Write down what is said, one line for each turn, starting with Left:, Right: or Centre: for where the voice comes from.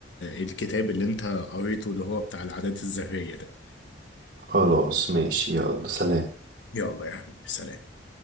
Left: الكتاب اللي انت قريته اللي هو بتاع العادات الذرية ده
Right: خلاص ماشي يلا سلام
Left: يلا يا حبيبي سلام